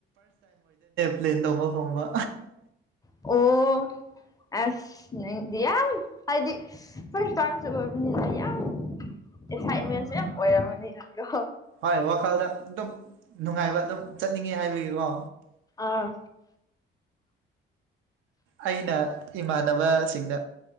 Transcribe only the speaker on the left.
ꯑꯣ ꯑꯦꯁ ꯅꯪꯗꯤ ꯌꯥꯝ ꯍꯥꯏꯗꯤ ꯐ꯭ꯔꯁꯇꯥꯏꯝꯁꯨ ꯑꯣꯏꯕꯅꯤꯅ ꯌꯥꯝ ꯑꯦꯛꯁꯥꯏꯠꯃꯦꯟꯁꯨ ꯌꯥꯝ ꯑꯣꯏꯔꯝꯃꯅꯤ ꯅꯪꯗꯣ
ꯑꯥ